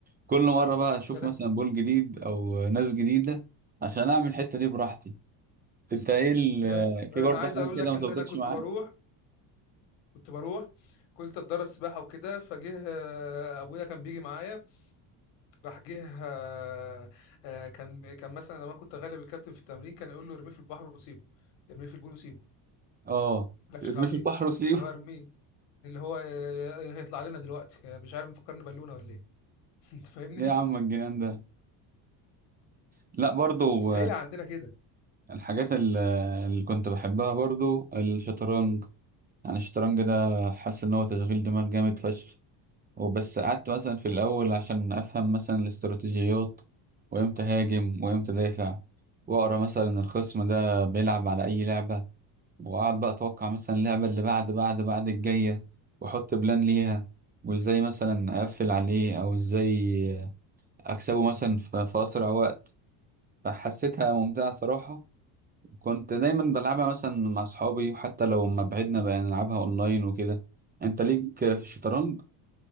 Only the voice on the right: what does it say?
كل مره بقى اشوف
مثلا بول جديد او ناس جديده عشان اعمل الحته دي براحتي انت ايه ال...
في
برضه
حاجه
كده
ما
ظبطتش
معاك
اه
ارميه
في البحر وسيبه
ايه <laughs> يا عم الجنان ده لا برضو
الحاجات ال- اللي كنت بحبها برضو الشطرنج يعني الشطرنج ده حاسس ان هو تشغيل دماغ جامد فشخ وبس قعدت مثلا في الاول عشان افهم مثلا الاستراتيجيات وامتى هاجم وامتى دافع واقرا مثلا الخصم ده بيلعب على اي لعبة واقعد بقى اتوقع مثلا اللعبة اللي بعد بعد بعد الجاية واحط بلان ليها وازاي مثلا اقفل عليه او ازاي اكسبه مثلا في في اسرع وقت فحسيتها ممتعة صراحة كنت دايما بلعبها مثلا مع اصحابي وحتى لو ما بعدنا بقى نلعبها اونلاين وكده انت ليك في الشطرنج